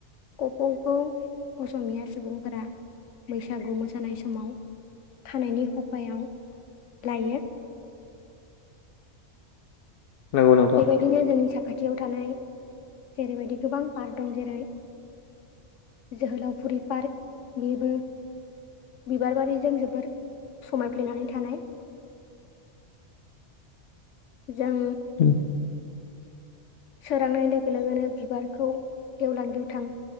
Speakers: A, on the left; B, on the left.
A: कफ'खौ असमिया सुबुंफोरा बैसागु मोसानाय समाव खानायनि खफायाव लायो।
B: नंगौ नोंथां
A: बेबायदिनो जोंनि साखाथियाव थानाय जेरैबायदि गोबां पार्क दं जेरै जोहोलावफुरि पार्क बेबो बिबार बारिजों जोबोर समायफ्लेनानै थानाय जों
B: उम,
A: सोरांनाय लोगो लोगोनो बिबारखौ गेवलां गेवथां